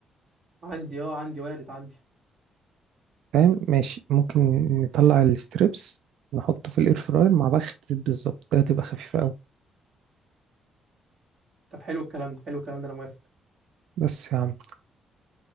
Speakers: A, on the right; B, on the right.
A: عندي اه عندي وارد عندي
B: فاهم ماشي ممكن نطلع الستريبس نحطه في الاير فراير مع بخة زيت بالظبط ده هتبقى خفيفة أوي
A: طب حلو الكلام ده حلو الكلام ده انا موافق
B: بس يا عم